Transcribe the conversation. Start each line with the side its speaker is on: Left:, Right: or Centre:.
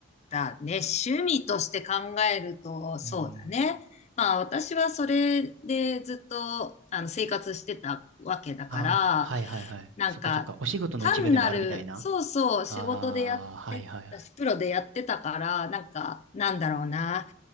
Left: うだね。趣味として考えると、そうだね。
Right: うん。
Left: まあ私はそれでずっとあの生活してたわけだから、
Right: ああ、はいはいはい。
Left: なんか単なる、
Right: そっかそっか。お仕事の一部でもあるみたいな。
Left: そうそう、
Right: ああ、
Left: 仕事でやってたし、
Right: はいはいはい。
Left: プロでやってたから、なんか、なんだろうな。